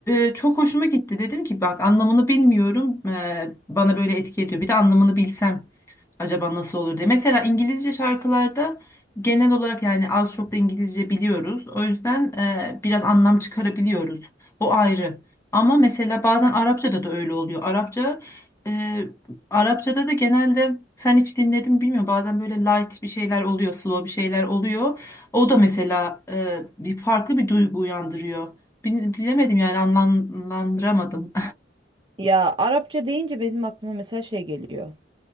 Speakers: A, on the left; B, on the right.
A: e, çok hoşuma gitti. Dedim ki bak anlamını bilmiyorum. e, bana böyle etki ediyor. Bir de anlamını bilsem acaba nasıl olur diye. Mesela İngilizce şarkılarda genel olarak yani az çok da İngilizce biliyoruz. O yüzden e, biraz anlam çıkarabiliyoruz. O ayrı. Ama mesela bazen Arapçada da öyle oluyor. Arapça e, Arapçada da genelde sen hiç dinledin mi bilmiyorum. Bazen böyle light bir şeyler oluyor, slow bir şeyler oluyor. O da mesela e, bir farklı bir duygu uyandırıyor. Bil- Bilemedim yani anlamlandıramadım.
B: Ya Arapça deyince benim aklıma mesela şey geliyor.